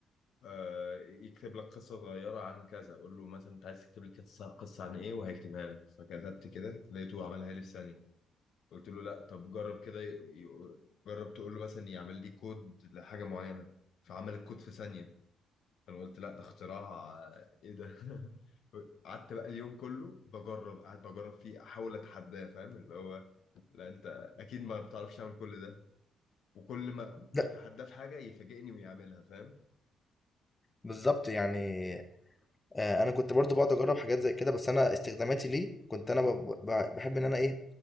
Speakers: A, on the left; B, on the left.
A: آه، يكتب لك قصة صغيرة عن كذا قول له مثلا انت عايز تكتب لي قصة قصة عن ايه وهيكتبها لك فكتبت كده لقيته عملها لي في ثانية قلت له لا طب جرب كده ي- ي- جرب تقول له مثلا يعمل لي كود لحاجه معينه فعمل الكود في ثانيه فانا قلت لا ده اختراع آه، ايه ده <laughs> قعدت بقى اليوم كله بجرب قاعد بجرب فيه احاول اتحداه فاهم اللي هو لا انت اكيد ما بتعرفش تعمل كل ده وكل ما ما
B: لا
A: اتحداه في حاجه يفاجئني ويعملها فاهم
B: بالظبط يعني آه، انا كنت برضو بقعد اجرب حاجات زي كده بس انا استخداماتي ليه كنت انا ب- ب- بحب ان انا ايه